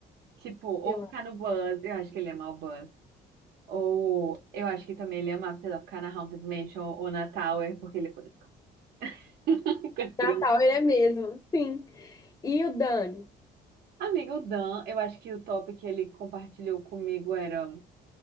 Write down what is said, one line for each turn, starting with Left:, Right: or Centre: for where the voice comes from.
Right: tipo, ou
Left: Eu
Right: ficar
Left: acho.
Right: no Buzz, eu acho que ele ia amar o Buzz. Ou eu acho que também ele ia amar, sei lá, ficar na Haunted Mansion ou na Tower, porque ele ia poder ficar <laughs> com as crianças.
Left: Natal, ele é mesmo, sim. E o Dani?
Right: Amigo o Dan, eu acho que o top que ele compartilhou comigo era